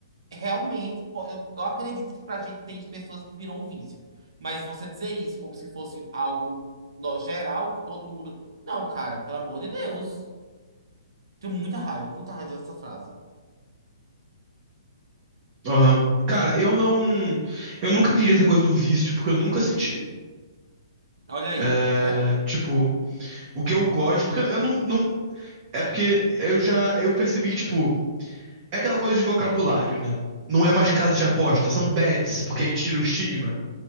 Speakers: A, on the right; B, on the right.
A: realmente, po- eu, eu acredito que pra gente tem pessoas que viram um vício. Mas você dizer isso como se fosse algo no geral, que todo mundo. Não, cara, pelo amor de Deus. Tenho muita raiva, muita raiva dessa frase.
B: Aham. Cara, eu não. Eu nunca entendi essa coisa do vício, porque eu nunca senti.
A: Olha aí,
B: É,
A: tá vendo?
B: tipo, o que eu gosto. Porque eu não, não. É porque eu já. Eu percebi que, tipo. É aquela coisa de vocabulário, né? Não é mais casa de aposta, são bets, porque aí tira o estigma.